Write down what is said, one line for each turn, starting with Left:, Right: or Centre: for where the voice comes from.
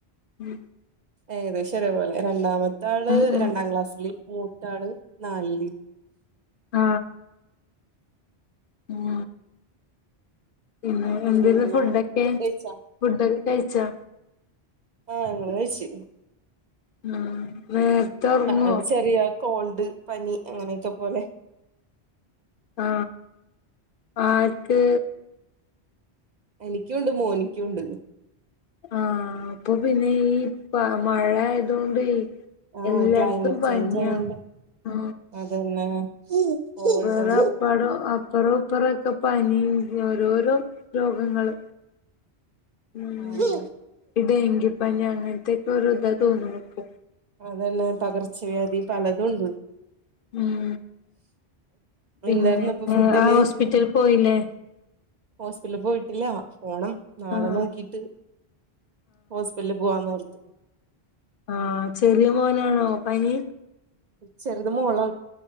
Left: ഉം
Right: ഏകദേശംഒ രേപോലെ രണ്ടാമത്തെ ആള്
Left: ഉം ഉം
Right: രണ്ടാം ക്ലാസ്സിില് മൂത്താ ള് നാലില്
Left: ആ ഉം പിന്നെ
Right: പിന്നെ
Left: എന്തേനു ഫുഡൊക്കെ
Right: ഫുഡ് കഴിച്ചാ
Left: ഫുഡ്ഡ് ക്കെ കഴിച്ചാ
Right: ആ ഞങ്ങളയിച്
Left: ഉം നേരത്തെ ഉറങ്ങോ
Right: ഒരു ചെറിയ കോൾഡ് പനി അങ്ങനെയൊക്കെ പോലെ
Left: ആ ആർക്ക്
Right: എനിക്കുണ്ട് മോനിക്കുണ്ട്
Left: ആഹ അപ്പൊ പിന്നെ ഈ പ മഴ ആയതുകൊണ്ട്
Right: ആഹ്
Left: എല്ലായിടത്തും
Right: ക്ലൈമറ്റ്
Left: പനിയാ
Right: ചേഞ്ച് ആയോണ്ട്
Left: ആ
Right: അതന്നെ കോൾഡും
Left: വേറെ പടോ അപ്പറോ ഇപ്പറോ ക്കെ പനീം ഓരോരോ രോഗങ്ങള് ഉം
Right: ആഹ്
Left: ഇ ഡെങ്കി പിന്നെ അങ്ങനത്തക്കെ ഒരു ഇതാ തോന്നുണ് പ്പോ
Right: അതന്നെ പകർച്ചവ്യാധി പലതും ഉണ്ട്
Left: ഉം പിന്നെ
Right: എന്തായിരുന്നു അപ്പൊ ഫുഡിന്
Left: ആ ഹോസ്പിറ്റലിൽ പോയില്ലേ
Right: ഹോസ്പിറ്റലിൽ പോയിട്ടില്ല പോണം നാളെ
Left: ആഹ്
Right: നോക്കിട്ട് ഹോസ്പിറ്റലിൽ പോവാന്നോർത്തു
Left: ആ ചെറിയ മോനാണോ പനി
Right: ചെറുത് മോളാണ്